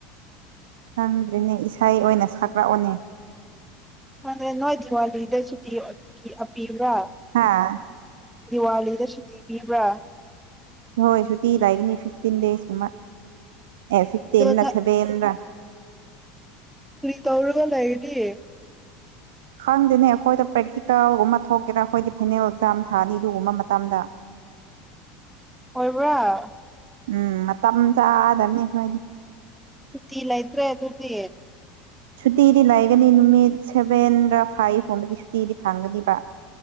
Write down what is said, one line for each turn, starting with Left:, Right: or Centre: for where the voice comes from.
Right: ꯈꯪꯗ꯭ꯔꯤꯅꯦ ꯏꯁꯩ ꯑꯣꯏꯅ ꯁꯛꯂꯛꯑꯣꯅꯦ
Centre: ꯑꯗ ꯅꯣꯏ ꯗꯤꯋꯥꯂꯤꯗ ꯁꯨꯇꯤ ꯑꯄꯤꯕ꯭ꯔꯥ
Right: ꯍꯥꯥ
Centre: ꯗꯤꯋꯥꯂꯤꯗ ꯁꯨꯇꯤꯕꯤꯕ꯭ꯔꯥ
Right: ꯍꯣꯏ ꯁꯨꯇꯤ ꯂꯥꯛꯒꯅꯤ ꯐꯤꯐꯇꯤꯟ ꯗꯦꯁꯀꯨꯝꯕ ꯑꯦ ꯐꯤꯐꯇꯤꯟ
Centre: ꯑꯗꯨꯗ
Right: ꯁꯦꯚꯦꯟ ꯔ
Centre: ꯀꯔꯤ ꯇꯧꯔꯒ ꯂꯩꯏꯔꯤ
Right: ꯈꯪꯗꯦꯅꯦ ꯑꯩꯈꯣꯏꯗ ꯄ꯭ꯔꯦꯛꯇꯤꯀꯦꯜꯒꯨꯝꯕ ꯊꯣꯛꯀꯦꯔꯥ ꯑꯩꯈꯣꯏꯗꯤ ꯐꯥꯏꯅꯦꯜ ꯑꯦꯛꯖꯥꯝ ꯊꯥꯅꯤ ꯑꯗꯨꯒꯨꯝꯕ ꯃꯇꯝꯗ
Centre: ꯑꯣꯏꯕ꯭ꯔꯥ
Right: ꯎꯝ ꯇ ꯆꯥꯗꯕꯅꯤ ꯅꯣꯏꯗꯤ
Centre: ꯁꯨꯇꯤ ꯂꯩꯇ꯭ꯔꯦ ꯑꯗꯨꯗꯤ
Right: ꯁꯨꯇꯤꯗꯤ ꯂꯥꯏꯒꯅꯤ ꯅꯨꯃꯤꯠ ꯁꯦꯚꯦꯟ ꯔ ꯐꯥꯏꯚꯀꯨꯝꯕꯗꯤ ꯁꯨꯇꯤꯗꯤ ꯐꯪꯒꯅꯤꯕ